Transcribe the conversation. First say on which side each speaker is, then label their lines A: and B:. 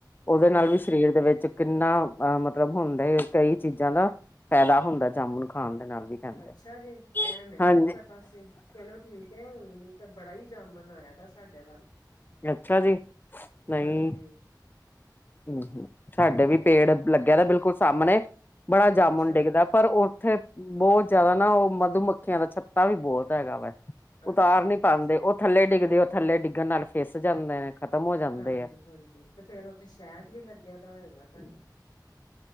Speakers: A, on the left (about 25°); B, on the left (about 80°).
A: ਉਹਦੇ
B: ਹਾਂ
A: ਨਾਲ ਵੀ। ਸਰੀਰ ਦੇ ਵਿੱਚ ਕਿੰਨਾ ਅ ਮਤਲਬ ਹੁੰਦਾ ਕਈ ਚੀਜ਼ਾਂ ਦਾ। ਫੈਦਾ ਹੁੰਦਾ ਜਾਮੁਨ ਖਾਣ ਦੇ ਨਾਲ ਵੀ। ਕਹਿੰਦੇ
B: ਅੱਛਾ, ਜੀ ਐ ਮੈਨੂੰ
A: ਹਾਂਜੀ
B: ਨੀ ਪਤ ਤਾ ਸੀ ਚਲੋ ਠੀਕ ਐ ਹੁਣ ਤੇ ਬੜਾ ਹੀ ਜਾਮਨ ਆਇਆ ਦਾ ਸਾਡੇ ਵੱਲ।
A: ਅੱਛਾ, ਜੀ ਨਹੀਂ।
B: ਹਾਂਜੀ
A: ਹੂੰ, ਹੂੰ ਸਾਡੇ ਵੀ ਪੇੜ ਲੱਗਿਆ ਦਾ ਬਿਲਕੁਲ ਸਾਹਮਣੇ ਬੜਾ ਜਾਮੁਨ
B: ਅੱਛਾ
A: ਡਿੱਗਦਾ।
B: ਜੀ
A: ਪਰ ਉੱਥੇ ਬਹੁਤ ਜਿਆਦਾ ਨਾ ਉਹ ਮਧੂਮੱਖੀਆਂ ਦਾ ਛੱਤਾ ਵੀ ਬਹੁਤ ਹੈਗਾ ਵੇ। ਉਤਾਰ
B: ਅੱਛਾ
A: ਨੀ
B: ਜੀ ਅੱਛਾ
A: ਪਾਂਦੇ ਉਹ
B: ਜੀ
A: ਥੱਲੇ ਡਿੱਗਦੇ ਉਹ ਥੱਲੇ ਡਿੱਗਣ ਨਾਲ ਫਿਸ ਜਾਂਦੇ ਨੇ। ਖ਼ਤਮ ਹੋ ਜਾਂਦੇ
B: ਹਾਂਜੀ
A: ਆ
B: ਹਾਂਜੀ ਤੇ ਫੇਰ ਉੱਥੇ ਸ਼ਹਿਦ ਵੀ ਲੱਗਿਆ ਦਾ ਹੋਏਗਾ ਤੁਹਾਡੇ।